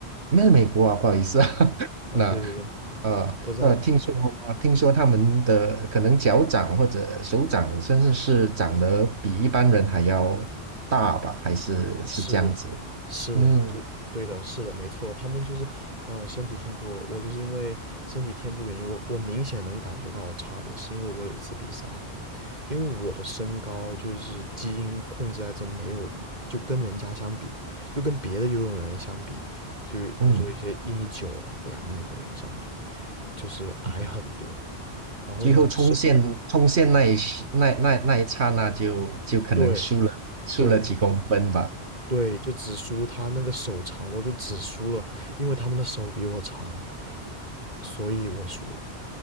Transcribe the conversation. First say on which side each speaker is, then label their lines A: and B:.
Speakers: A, on the right; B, on the right.
A: 没有美国啊，不好意思啊，<laughs>
B: 啊，
A: 那。
B: 对对对，
A: 呃，
B: 我知道，
A: 那听说听说他们的可能脚掌或者手掌，甚至是长得比一般人还要大吧，还是是这样子？
B: 是，是的，
A: 嗯，
B: 就对的，是的，没错，他们就是，呃，身体天赋，我就是因为身体天赋原因，我我明显能感觉到差别，是因为我有一次比赛，因为我的身高就是基因控制在这没有，就跟人家相比，就跟别的游泳人相比，就比如说一些一米九啊、
A: 嗯
B: 两米的人相比，就是矮很多，
A: 嗯，
B: 然后呢，
A: 最后冲线冲线那一时那那那一刹那就就可能输了输了几公分吧，
B: 是，对。对，对，就只输他那个手长，我就只输了，因为他们的手比我长，所以我输了。